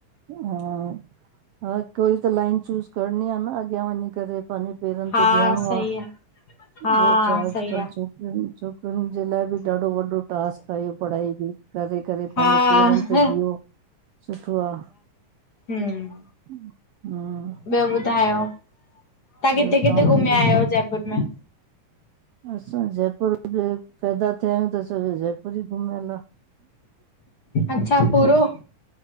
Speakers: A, on the right (about 85°); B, on the left (about 40°).
A: हा हा, कोई त लाइन चूज़ करणी आ न अॻयां वञी करे। पंहिंजे पेरन
B: हा
A: ते भिहणो
B: सही
A: आ।
B: हा
A: ॿियो छा, अॼकल्ह
B: सही आ।
A: छोकरियुन, छोकरियुन जे लाइ बि ॾाढो वॾो टास्क आ इहो पढ़ाई बि। करे -करे पहंजे
B: हा
A: पेरन ते भियो, सुठो आ।
B: हम्म
A: हम्म।
B: ॿियो ॿुधायो, तव्हां किथे
A: ॿियो
B: किथे घुमया
A: पुछो
B: आहयो जयपुर में?
A: असां जयपुर बि पैदा थया आहियूं त असाजो जयपुर ई घुमयल आ।
B: अच्छा पूरो,